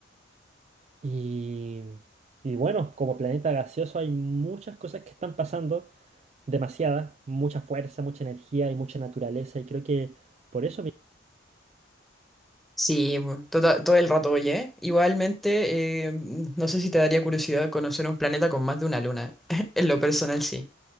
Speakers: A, on the right; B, in the centre.
A: Y, y bueno, como planeta gaseoso hay muchas cosas que están pasando, demasiadas, mucha fuerza, mucha energía y mucha naturaleza. Y creo que por eso... me-
B: Sí, bu- tota- todo el rato, oye. ¿eh? Igualmente, eh, no sé si te daría curiosidad conocer un planeta con más de una luna. <laughs> En lo personal, sí.